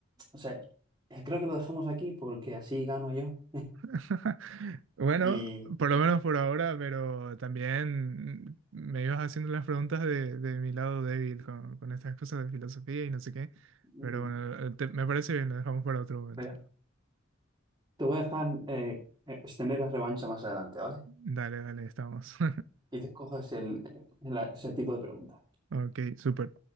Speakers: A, on the right; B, on the right.
A: o sea, eh, creo que lo dejamos aquí porque así gano yo.
B: <laughs> Bueno,
A: Y,
B: por lo menos por ahora, pero también me ibas haciendo las preguntas de, de mi lado débil con, con estas cosas de filosofía y no sé qué.
A: mm,
B: Pero bueno, te- me parece bien, lo dejamos para otro momento.
A: mira, te voy a dejar eh, eh, tener la revancha más adelante, ¿vale?
B: Dale, dale, estamos. <laughs>
A: Y te escojas el, el- ese tipo de preguntas.
B: Ok, súper.